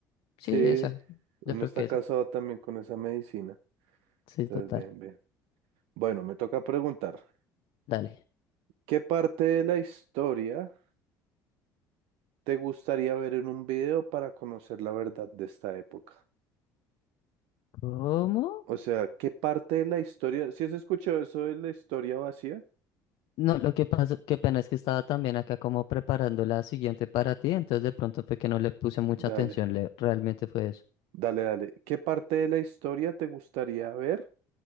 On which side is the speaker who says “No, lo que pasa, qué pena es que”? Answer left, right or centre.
Left